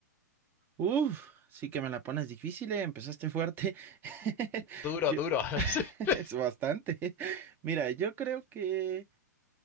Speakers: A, on the right; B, on the left.
A: Uf, sí que me la pones difícil, ¿eh? Empezaste fuerte. <laughs>
B: Duro,
A: Yo-
B: duro.
A: <laughs>
B: <laughs>
A: es bastante. Mira, yo creo que